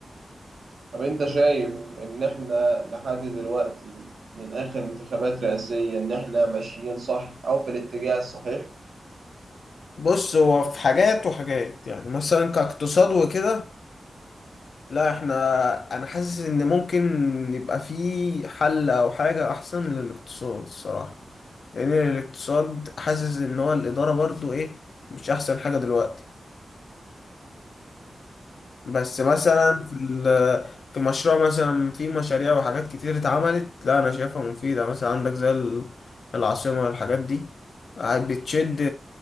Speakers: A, on the right (about 65°); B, on the left (about 75°).
A: طب أنت شايف إن إحنا لحد دلوقتي من آخر انتخابات رئاسية إن إحنا ماشيين صح أو في الاتجاه الصحيح؟
B: بص هو في حاجات وحاجات يعني مثلا كاقتصاد وكده لا احنا انا حاسس ان ممكن يبقى في حل او حاجه احسن للاقتصاد الصراحه لان الاقتصاد حاسس ان هو الاداره برضو ايه مش احسن حاجه دلوقتي بس مثلا في ال- في مشروع مثلا في مشاريع وحاجات كتير اتعملت لا انا شايفها مفيده مثلا عندك زي ال- العاصمه الحاجات دي قاعد بتشد